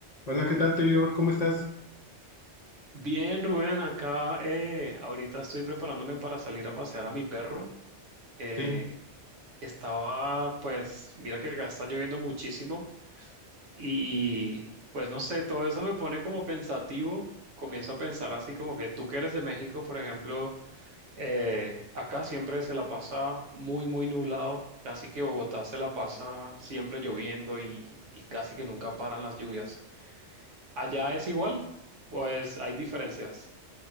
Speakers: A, on the left; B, on the right.
A: Hola, ¿qué tal, Taylor? ¿Cómo estás?
B: Bien, Rubén, acá eh, ahorita estoy preparándome para salir a pasear a mi perro. Eh,
A: Sí,
B: estaba, pues, mira que acá está lloviendo muchísimo y pues no sé, todo eso me pone como pensativo. Comienzo a pensar así como que tú que eres de México, por ejemplo, eh, acá siempre se la pasa muy, muy nublado. Casi que Bogotá se la pasa siempre lloviendo y, y casi que nunca paran las lluvias. ¿Allá es igual? Pues hay diferencias.